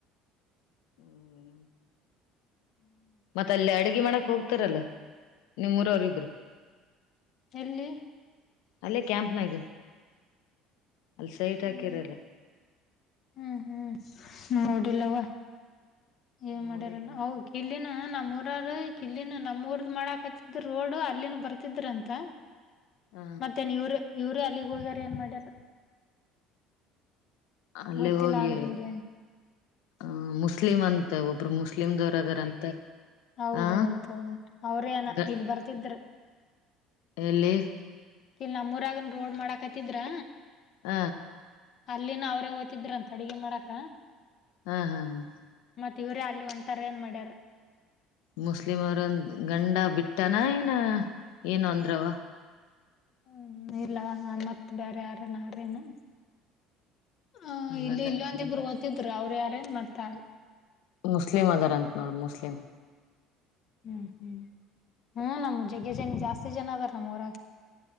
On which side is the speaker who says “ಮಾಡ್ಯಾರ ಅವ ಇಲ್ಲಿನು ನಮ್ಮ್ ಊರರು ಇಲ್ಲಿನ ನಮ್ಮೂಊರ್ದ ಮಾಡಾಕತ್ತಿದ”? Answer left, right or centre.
Left